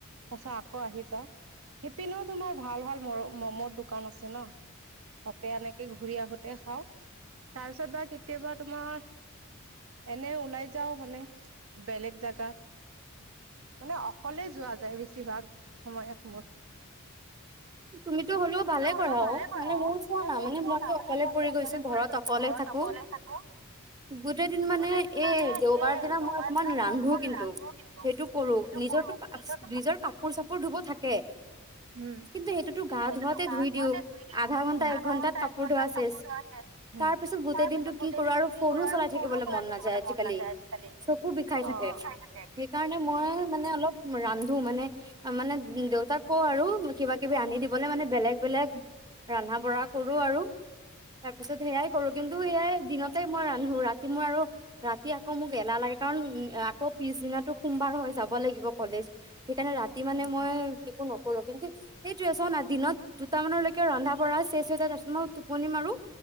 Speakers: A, on the right (about 70°); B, on the right (about 20°).
A: পাছত আকৌ আহি যাওঁ সিপিনেও তোমাৰ ভাল ভাল ম মমৰ দোকান আছে ন। তাতে এনেকে ঘূৰি আহোতে খাওঁ তাৰপিছত বা কেতিয়াবা তোমাৰ। এনে ওলাই যাওঁ মানে বেলেগ জেগা মানে অকলেই যোৱা যায় বেছিভাগ সময় সময়ত মোৰ।
B: তুমিতো হ'লেও
A: তুমিতো
B: ভালে
A: হলেও
B: কৰা
A: ভালে
B: অ
A: কৰা
B: মানে মোৰ
A: অ
B: চোৱা
A: মানে
B: না
A: বহুত
B: মই
A: পা
B: যে
A: মানে
B: অকলে
A: ঘ
B: পৰি
A: অকলে
B: গৈছো ঘৰত
A: ফুৰিব গৈছো
B: অকলে
A: ঘৰত
B: থাকো
A: অকলে। থাকো
B: গোটেই দিন মানে
A: গোটেই দিন
B: এই
A: মানে
B: দেওবাৰ
A: এই
B: দিনা
A: দেউবাৰ
B: মই অকমান
A: দিনা
B: ৰান্ধো
A: মই অকমান
B: কিন্তু
A: ৰান্ধো কিন্তু।
B: সেইটো কৰো
A: সেইটো
B: নিজৰটো
A: কৰো নিজৰত
B: নিজৰ কাপোৰ- চাপোৰ ধুব থাকে।
A: সেইটোতো
B: কিন্তু গা ধোৱাতে
A: গা
B: ধুই
A: ধুৱতে
B: দিও
A: ধুই দিওঁ
B: আধা ঘন্টা এক
A: আধা
B: ঘন্টাত
A: ঘন্টা
B: কাপোৰ
A: এক ঘণ্টাত
B: ধোৱা চেচ
A: কাপোৰ ধোৱা শেষ।
B: তাৰ পিছত গোটেই
A: তাৰ
B: দিনটো
A: পিছত গোটেই
B: কি কৰো
A: দিনটো
B: আৰু
A: কি
B: ফোনো
A: কৰো আৰু
B: চলাই থাকিবলৈ
A: ফোনো চলাই
B: মন
A: থাকিবলৈ
B: নাযায় আজিকালি
A: মন নাযায় আজিকালি।
B: চকু বিষাই থাকে
A: অ।
B: সেইকাৰণে মই মানে অলপ ৰান্ধো মানে মানে দেউতাক কওঁ আৰু কিবা। কিবি আনি দিবলে মানে বেলেগ বেলেগ ৰন্ধা বঢ়া কৰো। আৰু তাৰ পিছত সেইয়াই কৰো কিন্তু সেইয়াই দিনতেই মই ৰান্ধো। ৰাতি মই আৰু ৰাতি আকৌ মোক এলাহ লাগে কাৰণ আকৌ পিছদিনাটো সোমবাৰ হয়। যাব লাগিব কলেজ সেইকাৰণে ৰাতি মানে
A: উম
B: মই একো নকৰো কিন্তু। সেইটোৱে চৱো না দিনত দুটামানলৈকে ৰন্ধা বঢা শেষ হৈ যায় তাৰছত মই টোপনি মাৰো।